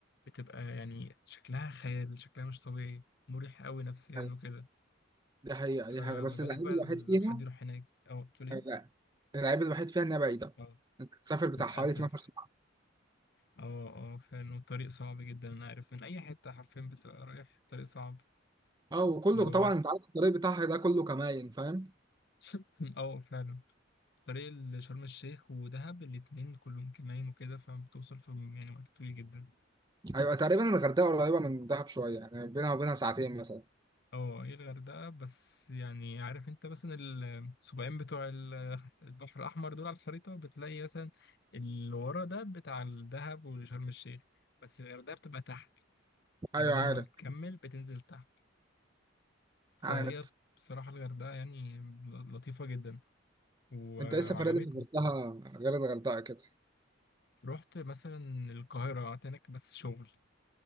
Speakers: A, on the left; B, on the right.
A: بتبقى يعني شكلها خيال شكلها مش طبيعي مريح قوي نفسيا
B: حقيقة.
A: وكده
B: دي حقيقة
A: فما
B: دي حقيقة بس
A: بالك
B: اللعيب
A: بقى
B: الوحيد فيها
A: لو حد يروح هناك اه بتقول ايه
B: لا اللعيب الوحيد فيها إنها بعيدة
A: اه
B: سافر بتاع
A: للاسف
B: حوالي 12 ساعة
A: اه اه فعلا والطريق صعب جدا انا عارف من اي حتة حرفيا بتبقى رايح الطريق صعب
B: اه وكله
A: اللي هو
B: طبعا أنت عارف الطريق بتاعها ده كله كماين فاهم
A: <laughs> اه فعلا طريق لشرم الشيخ ودهب الاتنين كلهم كمان وكده فبتوصل في يعني وقت طويل جدا
B: أيوة تقريبا الغردقة قريبة من دهب شوية يعني بينها وبينها ساعتين مثلا
A: اه هي الغردقة بس يعني عارف انت مثلا السبعين بتوع ال- البحر الأحمر دول على الخريطة بتلاقي مثلا اللي ورا ده بتاع الدهب وشرم الشيخ بس الغردقة بتبقى تحت يعني
B: أيوة
A: بدل
B: عارف
A: ما بتكمل بتنزل تحت فهي
B: عارف
A: بصراحة الغردقة يعني لطيفة جدا و-
B: أنت إيه السفرية
A: وعجبتني
B: اللي سافرتها غير الغردقة كده
A: رحت مثلا القاهرة قعدت هناك بس شغل